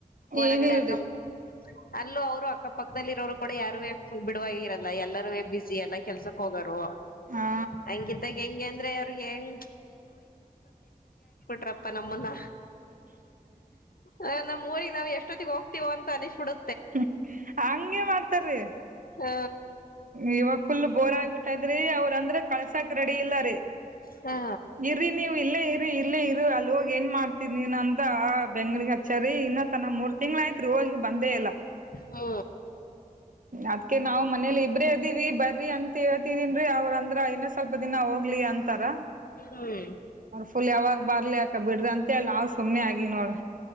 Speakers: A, on the left; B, on the right.
A: ಹೊರಗಡೆ
B: ಏನಿಲ್ರಿ
A: ಅಕ್ಕಾ ಪಕ್ಕ ಅಲ್ಲೂ ಅವರು ಅಕ್ಕಾ ಪಕ್ಕ ದಲ್ಲಿ ಎರವರು ಕೂಡ ಯಾರುವೇ ಬಿಡುವೆ ಇರಲ್ಲ ಎಲರುವೆ ಬ್ಯುಸಿ ಕೆಲ್ಸಕ್ ಹೋಗರು
B: ಹಾ
A: ಅಂಗಿದಾಗೆ ಹೆಂಗ್ ಅಂದ್ರ ಹ್ಮ್ ಟ್ಟಪಾ ನಮ್ಮನ್ನ ಹಾ ನಮ್ಮ ಯೂಟ್ಯೂಗೆ ನಾವು ಎಸ್ಟೋತಿಗೆ ಹೋಗಿ ಟಿವೋ ಅನ್ಸಿಬಿಡು
B: ಹ್ಮ್ ಅಂಗೇ ಮಾಡ್ತರಿ
A: ಹೂ
B: ಈವಾಗ ಫುಲ್ ಬೋರ್ ಆಗಿ ರಿ ಅವರಂದ್ರ ಕಲಾಸಕ್ ರೆಡಿ ಇಲ್ಲ ರಿ
A: ಹಾ
B: ಇರಿನಿವ್ ಇಲ್ಲೇ ಇರಿ ಇಲ್ಲೇ ಇರು ಆಲ್ ಹೋಗಿ ಎನ್ ಮಾಡ್ತೀರ ನೀನು ಅಂತ ಬೆಂಗಳೋಗ್ ಹಚ್ಯಾರ್ ರಿ ಇನ್ನತನ ಮೂರು ತಿಂಗಳ ಆಯಿತು ರಿ ಹೋಗಿ ಬಂದೆ ಇಲ್ಲ
A: ಹಾ
B: ಅದ್ಕೆ ನಾವು ಮನೇಲಿ ಇಬ್ರೆ ಅಡಿವಿ ಬರ್ರಿ ಅಂತ ಹೇಳ್ತಿದ್ದೀನಿ ರಿ ಅವ್ರ ಅಂದ್ರ ಇನ್ನ ಸ್ವಲ್ಪ ದಿನ ಹೋಗ್ ಕ್ಲಿ ಅಂತರ
A: ಹ್ಮ್
B: ಫುಲ್ ಯಾವಾಗ್ ಬರ್ಲಿ ಯಾಕ ಬಿಡ್ರಿ ಅಂತೇಳಿ ನಾವ್ ಸುಮ್ನೆ ಆಗಿವ್ ನೋಡ್